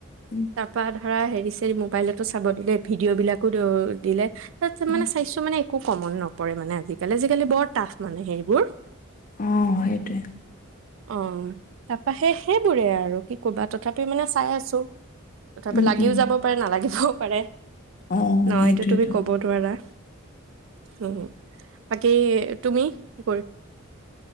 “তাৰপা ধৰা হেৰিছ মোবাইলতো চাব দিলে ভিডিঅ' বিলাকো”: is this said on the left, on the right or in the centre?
Right